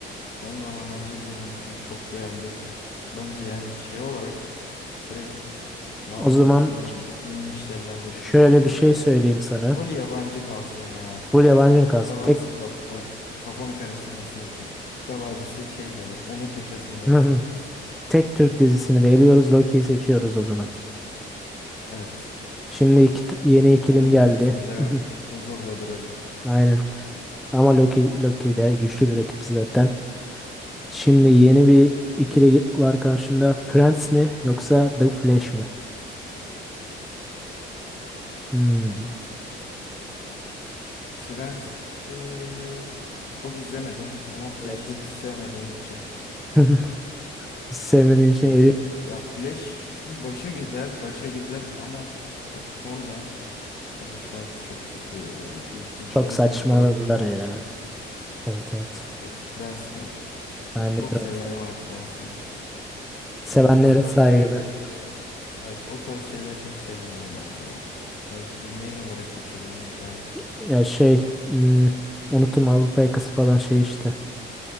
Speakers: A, on the left; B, in the centre.
A: son zamanlarda izledim. Bir çok beğendim. Bence yani şey olarak direkt Marvel'ın
B: O zaman
A: en iyi, en iyi işlerinden birisi
B: şöyle
A: olabilir
B: bir şey
A: ya.
B: söyleyeyim sana.
A: Full yabancı kalsın ya.
B: Full yabancı mı kalsın?
A: Kurtlar
B: Tek
A: Vadisi ka- böyle kafamı karıştırmasın. Kurtlar Vadisi şey böyle onur köşesinde
B: <laughs>
A: seçilsin.
B: Tek Türk dizisini de eliyoruz. Loki'yi seçiyoruz o zaman.
A: Evet.
B: Şimdi iki, yeni ikilim
A: Onur
B: geldi.
A: köşesinde
B: <laughs>
A: o huzurla durabilir.
B: Aynen. Ama Loki, Loki de güçlü bir rakip zaten. Şimdi yeni bir ikili var karşımda. Friends mi yoksa The Flash mi? Hmm,
A: Friends'i çok izlemedim ama Flash'i
B: evet.
A: hiç sevmediğim için
B: <laughs> Hiç sevmediğin
A: şeyi
B: için eli
A: söylüyorum. Ya Flash başı güzel, başı güzel ama sonra abi sonrası çok kötüye geldiği için
B: çok
A: böyle
B: saçmaladılar
A: direkt bıraktığım
B: ya.
A: için
B: Evet evet.
A: evet Friends diyeyim.
B: Ben
A: Böyle Çok
B: de Friends'i.
A: seveni var Friends'in.
B: Sevenlere
A: Ben ama o tarz
B: saygı.
A: şeyleri evet o tarz şeyleri çok sevmiyorum ama ya. Ne, bu ne olarak geçiyordu bunun tarzı?
B: Ya şey hmm, unuttum Avrupa Yakası falan şey işte.